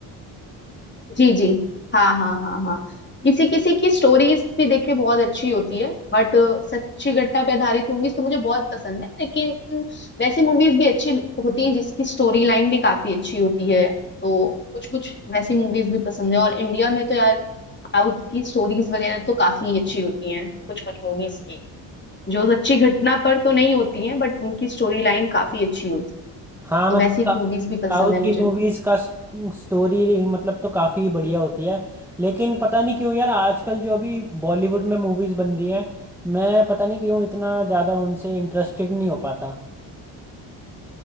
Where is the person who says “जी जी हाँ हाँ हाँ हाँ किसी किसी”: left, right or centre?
Left